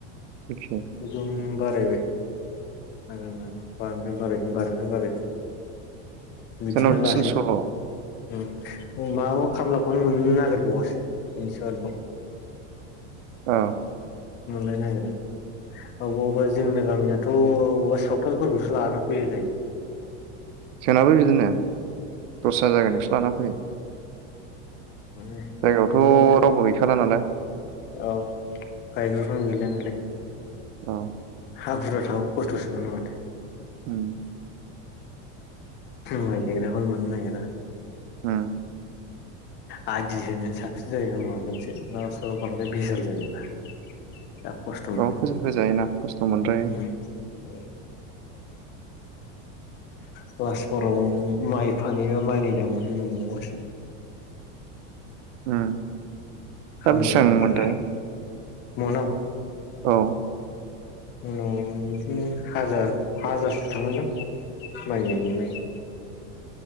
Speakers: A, on the right; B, on the left.
A: एखे
B: जुमबात। गायबाय आजां गाजां बारनिफ्राय बारायगोन बारनिफ्राय बारायगोन। बिदिनो
A: जोंनाव
B: लासै
A: थिनस'ल' औ
B: उम। माबा खामलाखौनो मोननो नागिरबावासो बेनि सायाव आरोबाव।
A: औ।
B: मोनलायनो नागिरा। अबाव अबेबा जोंनि गामिनाथ' अबावबा सावथालफोरखौसो लानानानै फैयोलाय।
A: जोंनाबो बिदिनो दस्रा जायगानिसो लाना फैयो। जायगायावथ'
B: माने मोनाना
A: रावबो गैखाला नालाय।
B: औ गायग्राफ्रानो गैला नालाय।
A: औ।
B: हा बुरजा थाबो खस्थ'सोमोनो माथो।
A: उम।
B: माय गायग्राफोर मोननो नायगिरा।
A: होम।
B: आदि होनायानो साबसिन जायो मारगोनसो बांद्राय भजाल जायोबा जा खस्थ मानो
A: औ होजा होजायोना खस्थ' मोनद्रायो
B: हुम <inaudible> <unintelligible> फानैहबा माइनि दामनो मोनबावगासो
A: उम
B: खामला
A: दा बेसेबांमोनथाय
B: हाजिरा मनाव
A: औ
B: उनाव बिदिनो हाजार हाजारसो थांगोनदां माइनायनि मनाइ